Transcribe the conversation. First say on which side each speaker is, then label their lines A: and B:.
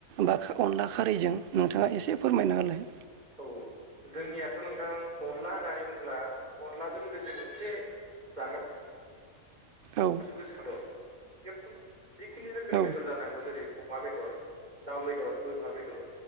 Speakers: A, on the right; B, on the right.
A: बा अनला खारैजों नोंथाङा एसे फोरमायनाालाय।
B: औ जोंनियाथ' नोंथां अनला होननानै बुङोब्ला अनलाजों लोगोसे मोनसे जाग्रा
A: औ
B: गोसोखांहर जिखिनि रोखोमनि
A: औ
B: बेदर जानांगौ। जेरै अमा बेदर दाउ बेदर बोरमा बेदर